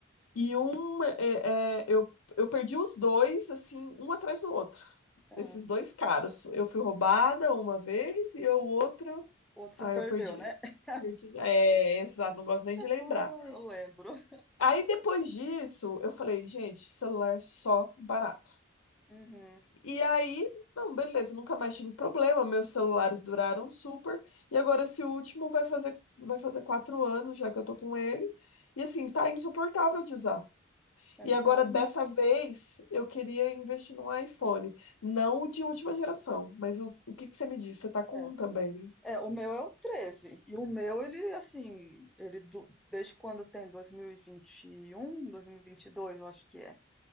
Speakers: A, on the left; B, in the centre.
A: e um, é, é, eu, eu perdi os dois, assim, um atrás do outro,
B: Ah,
A: esses dois caros. Eu fui roubada uma vez e o outro,
B: o outro
A: ah,
B: você perdeu,
A: eu perdi.
B: né? <laughs>
A: Perdi. É, exato, não gosto nem de lembrar.
B: Ah, eu lembro.
A: Aí, depois disso, eu falei, gente, celular só barato.
B: Uhum.
A: E aí, não, beleza, nunca mais tive problema, meus celulares duraram super. E agora esse último vai fazer, vai fazer quatro anos já que eu tô com ele. E assim, tá insuportável de usar.
B: É,
A: E agora,
B: Então,
A: dessa vez, eu queria investir num iPhone. Não o de última geração, mas o, o que que você me disse? Você tá com
B: é.
A: um também, né?
B: É, o meu é o treze E o meu, ele, assim, ele do- desde quando tem 2021, 2022, eu acho que é.